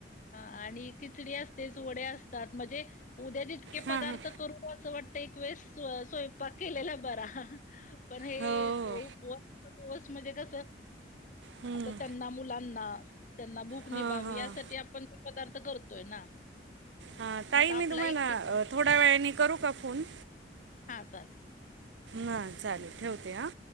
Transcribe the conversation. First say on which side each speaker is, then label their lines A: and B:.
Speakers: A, on the left; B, on the right.
A: हा आणि खिचडी असतेच, वडे असतात मजे उद्या जितके
B: हां,
A: पदार्थ
B: हां.
A: करून असं वाटतय एक वेळेस स्व, स्वयंपाक केलेला बरा. पण हे
B: हो हो
A: उपवासाचे दिवस मजे कस
B: हम्म,
A: आता त्यांना मुलांना, त्यांना भूक
B: हां,
A: निभावी
B: हां,
A: यासाठी आपण पदार्थ करतोय ना.
B: हा, ताई
A: आता
B: मी
A: आपला
B: तुम्हाना,
A: एकटीचा
B: थोड्या वेळाने करू का फोन?
A: हा चालेल.
B: हा चालेल ठेवते हा.